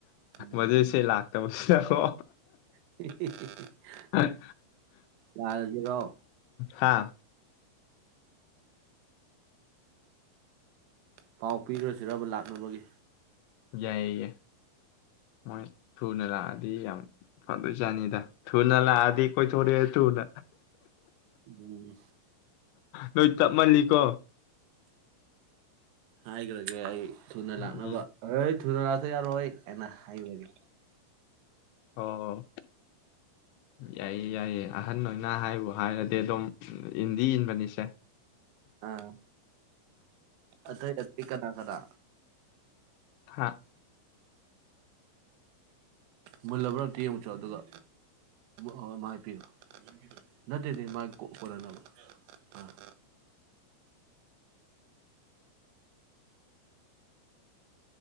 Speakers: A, on the right; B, on the left.
A: ꯎꯝ
B: ꯃꯗꯨꯏꯁꯦ ꯂꯥꯛꯇꯕꯁꯤꯗꯀꯣ
A: <unintelligible>
B: ꯑ
A: ꯂꯔꯖꯔꯣ
B: ꯍꯥꯥ
A: ꯄꯥꯎ ꯄꯤꯈ꯭ꯔ ꯆꯔꯕ ꯂꯥꯛꯅꯕꯒꯤ
B: ꯌꯥꯏꯌꯦꯌꯦ ꯃꯣꯏ ꯊꯨꯅ ꯂꯥꯛꯑꯗꯤ ꯌꯥꯝ ꯐꯗꯣꯏ ꯆꯥꯅꯤꯗ ꯊꯨꯅ ꯂꯥꯛꯑꯗꯤ ꯀꯣꯏꯊꯣꯔꯑꯦ ꯊꯨꯅ
A: ꯎꯝ
B: ꯅꯣꯏ ꯇꯞꯃꯜꯂꯤꯀꯣ
A: ꯍꯥꯏꯈ꯭ꯔꯒꯦ ꯑꯩ ꯊꯨꯅ
B: ꯎꯝ
A: ꯂꯥꯛꯅꯕ ꯁꯨꯔ ꯌꯥꯔ ꯑꯣꯏꯣꯏ ꯀꯅ ꯍꯥꯏꯕꯒꯦ
B: ꯑꯣ ꯌꯥꯏꯌꯦ ꯌꯥꯏꯌꯦ ꯑꯍꯟ ꯑꯣꯏꯅ ꯍꯥꯏꯕꯨ ꯍꯥꯏꯔꯗꯤ ꯑꯗꯨꯝ ꯏꯟꯗꯤ ꯏꯟꯕꯅꯤꯁꯦ
A: ꯑꯥ ꯑꯇꯩ ꯀꯅꯥ ꯀꯅꯥ
B: ꯍꯥꯥ
A: ꯃꯨꯜꯂꯕ꯭ꯔꯥ ꯑꯝꯇ ꯌꯦꯡꯉꯁꯨꯣ ꯑꯗꯨꯒ ꯍ ꯃꯥ ꯍꯥꯏꯄꯤꯔꯣ ꯅꯠꯇꯦꯗꯤ ꯃꯥꯒꯤ ꯀꯣꯟꯅꯅꯕ ꯑꯥ